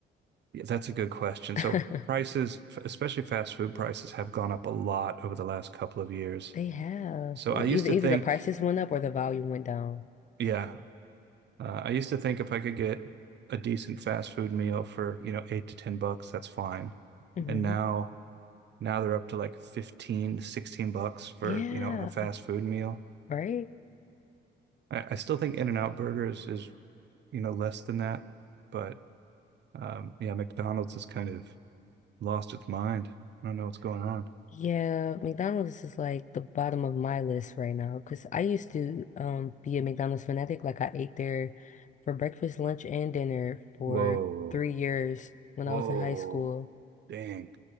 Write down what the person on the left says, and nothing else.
<laughs>
They have.
Well,
either
either
the prices went up or the volume went down.
hmm
Yeah,
right?
Yeah, McDonald's is like the bottom of my list right now because I used to um be a McDonald's fanatic. Like I ate there for breakfast, lunch, and dinner for
three years when
I was in high school.